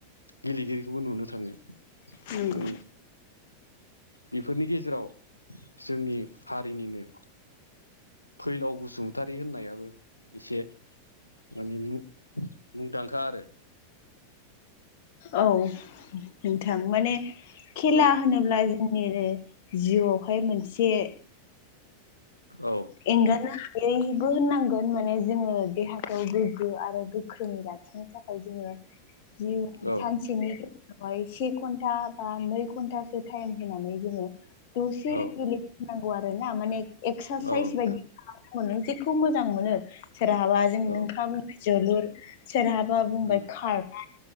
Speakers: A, on the left (about 85°); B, on the left (about 50°).
A: गेलेगिरिखौबो नुनो थाङो
B: नंगौ
A: माने बेफोरनि गेजेराव जोंनि हारिनिनो फैलाव बसुमतारि होननायाबो एसे माने मुंदांखा आरो
B: औ नोंथां माने खेला
A: औ
B: होनोब ब्ला जोंनि जिउआवहाय मोनसे
A: औ
B: एंगारनो हायैबो होननांगोन माने जोङो देहाखौ गोग्गो आरो गोख्रोंङै ला लाखिनो थाखाय जोङो जि
A: औ
B: सानसेनि से घन्टा बा नै घन्टासो टाइम होनानै जोङो दसे
A: औ
B: गेले नंगौ आरो ना माने एक्सारसाइस
A: औ नोंथां
B: बायदि नो जेखौ मोजां मोनो सोरहाबा जों
A: औ
B: नोंथाङा बुंबाय जोलुर सोरहाबा बुंबाय
A: उम
B: खारनाय